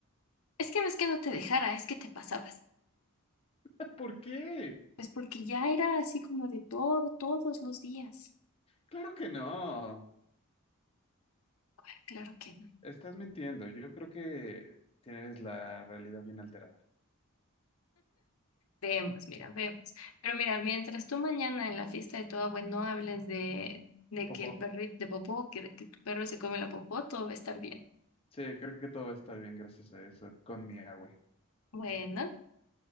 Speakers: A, on the left; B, on the left.
A: Es que no es que no te dejara, es que te pasabas.
B: <laughs> ¿Por qué?
A: Pues porque ya era así como de todo, todos los días.
B: Claro que no.
A: Ah, Claro que no.
B: Estás mintiendo. Yo creo que tienes la realidad bien alterada.
A: Vemos, mira, vemos. Pero mira, mientras tú mañana en la fiesta de tu abuelo no hables de, de
B: Popó.
A: que el perrito de popó, que, que tu perro se come la popó, todo va a estar bien.
B: Sí, creo que todo va a estar bien gracias a eso con mi agüe.
A: Bueno.